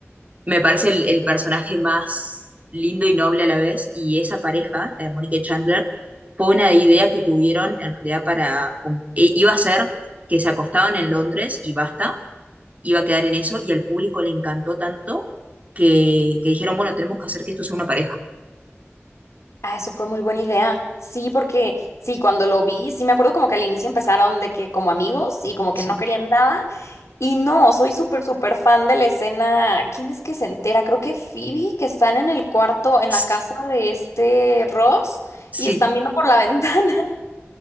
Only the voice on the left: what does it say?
Ah, eso fue muy buena idea. Sí, porque sí, cuando lo vi, sí me acuerdo como que al inicio empezaron de que como amigos y como
que no querían nada. Y no, soy súper, súper fan de la escena. ¿Quién es que se entera? Creo que Phoebe, que están en el cuarto, en
la casa de este Ross
y están viendo por la <laughs> ventana